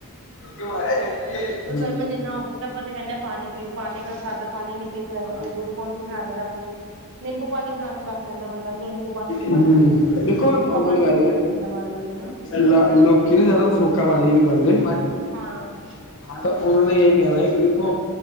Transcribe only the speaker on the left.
<unintelligible>
<inaudible>
ਹੂੰ ਦੇਖੋ।
ਨੋਰਮਲੀ
ਗੱਲ
ਲ ਲੋਕੀ ਨਾ ਜਿਆਦਾ ਫੋਖਾ ਪਾਣੀ ਵੀ ਪਾਉਂਦੇ
ਤਾਂ ਉਹਨਾਂ ਨੇ ਇਹੀ ਕਹਿਣਾ ਹੈ ਕਿ ਦੇਖੋ